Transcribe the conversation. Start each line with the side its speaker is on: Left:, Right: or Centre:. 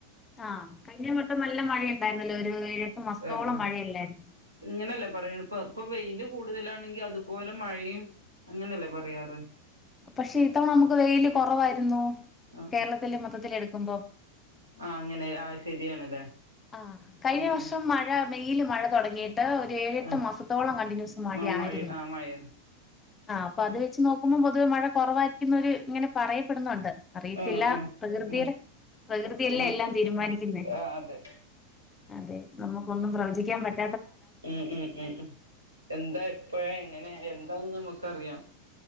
Left: ആ കഴിഞ്ഞ വട്ടം നല്ല മഴ ഇണ്ടായിര് ന്നല്ലോ ഒരു ഏഴെട്ട് മാസത്തോളം
Right: ആ ആ
Left: മഴയില്ലായിരുന്നു
Right: ഇങ്ങനെയല്ലേ പറയ പ്പ ഇപ്പൊ വെയില് കൂടുതലാണെങ്കി അതുപോലെ മഴയും അങ്ങനെയല്ലേ പറയാറ്
Left: പക്ഷെ ഇത്തവണ അമ്മ്ക്ക് വെയില് കൊറവാ
Right: ആ
Left: കേരളത്തിൽ ന്മൊത്തത്തിൽ എടുക്കുമ്പോ
Right: ആ അങ്ങനെ ആ ശരിയാണല്ലേ
Left: ആ കഴിഞ്ഞ
Right: ഉം
Left: വർഷം മഴ മെയില് മഴ തോടങ്ങി <unintelligible> ഒര് ഏഴെട്ട്
Right: ഉം
Left: മാസത്തോളം കണ്ടിന്യൂസ് മഴായിരുന്നു
Right: ആ മഴ ആ മഴയും
Left: ആ അപ്പൊ അത് വെച്ച് നോക്കുമ്പോ പൊതുവെ മഴ കുറവായിരിക്കുന്നൊരു ഇങ്ങനെ പറയപ്പെടുന്നുണ്ട് അറിയത്തില്ല
Right: ആ ആ
Left: പ്രകൃതി
Right: ഉം
Left: - പ്രകൃതിയല്ലേ
Right: ഉം
Left: എല്ലാം തീരുമാനിക്കുന്നേ.
Right: ആ അതെ
Left: അതെ നമുക്കൊന്നും പ്രവചിക്കാൻ പറ്റ
Right: എ എ എ എ എന്താ എപ്പഴ എങ്ങനെ എന്താന്ന് നമുക്ക് അറിയാം.